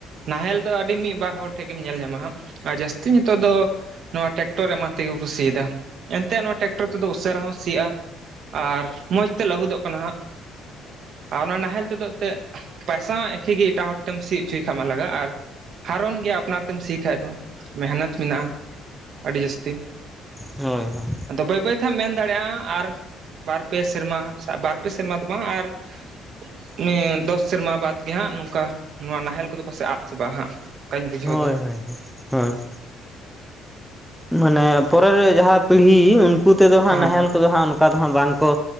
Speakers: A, on the right (about 50°); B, in the centre.
A: ᱱᱟᱦᱮᱞ ᱫᱚ ᱟᱹᱰᱤ ᱢᱤᱫ ᱵᱟᱨ ᱦᱚᱲ ᱴᱷᱮᱡ ᱜᱮᱢ ᱧᱮᱞ ᱧᱟᱢᱟ ᱦᱟᱸᱜ᱾ ᱟᱨ ᱡᱟᱹᱥᱛᱤ ᱧᱤᱛᱚᱜ ᱫᱚ ᱱᱚᱣᱟ ᱴᱨᱮᱠᱴᱚᱨ ᱮᱢᱟᱱ ᱛᱮᱜᱮ ᱠᱚ ᱥᱤᱭᱫᱟ᱾ ᱮᱱᱛᱮᱫ ᱱᱚᱣᱟ ᱴᱮᱠᱴᱚᱨ ᱛᱮᱫᱚ ᱩᱥᱟᱹᱨᱟ ᱦᱚᱸ ᱥᱤᱜᱼᱟ ᱟᱨ ᱢᱚᱡᱽ ᱛᱮ ᱞᱟᱹᱦᱩᱫᱚᱜ ᱠᱟᱱᱟ ᱦᱟᱸᱜ᱾ ᱟᱨ ᱚᱱᱟ ᱱᱟᱦᱮᱞ ᱛᱮᱫᱚ ᱛᱮᱫ ᱯᱟᱭᱥᱟ ᱢᱟ ᱮᱠᱷᱤ ᱜᱮ ᱮᱴᱟᱜ ᱦᱚᱲ ᱴᱮᱢ ᱥᱤ ᱩᱪᱩᱭ ᱠᱷᱟᱡ ᱢᱟ ᱞᱟᱜᱟᱜ ᱟᱨ ᱦᱟᱨᱚᱱ ᱜᱮᱭᱟ ᱟᱯᱱᱟᱨ ᱛᱮᱢ ᱥᱤ ᱠᱷᱟᱡ ᱫᱚ, ᱢᱮᱦᱱᱚᱛ ᱢᱮᱱᱟᱜᱼᱟ ᱟᱰᱤ ᱡᱟᱹᱥᱛᱤ᱾
B: ᱦᱳᱭ ᱦᱳᱭ᱾
A: ᱟᱫᱚ ᱵᱟᱹᱭ ᱵᱟᱹᱭᱛᱮ ᱦᱟᱸᱜ ᱮᱢ ᱢᱮᱱ ᱫᱟᱲᱮᱜᱼᱟ ᱟᱨ ᱵᱟᱨ ᱯᱮ ᱥᱮᱨᱢᱟ ᱥᱮ ᱵᱟᱨ ᱯᱮ ᱥᱮᱨᱢᱟ ᱫᱚ ᱵᱟᱝ ᱟᱨ <inaudible> ᱢᱮ ᱫᱚᱥ ᱥᱮᱨᱢᱟ ᱵᱟᱫᱽ ᱜᱮ ᱦᱟᱸᱜ ᱱᱚᱝᱠᱟ ᱱᱚᱣᱟ ᱱᱟᱦᱮᱞ ᱠᱚᱫᱚ ᱯᱟᱥᱮᱜ ᱟᱫ ᱪᱟᱵᱟᱜᱼᱟ ᱦᱟᱸᱜ᱾ ᱚᱱᱠᱟᱧ ᱵᱩᱡᱷᱟᱹᱣ
B: ᱦᱳᱭ
A: ᱮᱫᱟ
B: ᱦᱳᱭ ᱦᱳᱭ, ᱦᱳᱭ᱾ ᱢᱟᱱᱮ ᱯᱚᱨᱮᱨ ᱡᱟᱦᱟᱸ ᱯᱤᱲᱦᱤ ᱩᱱᱠᱩ ᱛᱮᱫᱚ
A: ᱦᱚᱸ
B: ᱦᱟᱸᱜ ᱱᱟᱦᱮᱞ ᱠᱚᱫᱚ ᱦᱟᱸᱜ ᱚᱱᱠᱟ ᱫᱚ ᱦᱟᱸᱜ ᱵᱟᱝᱠᱚ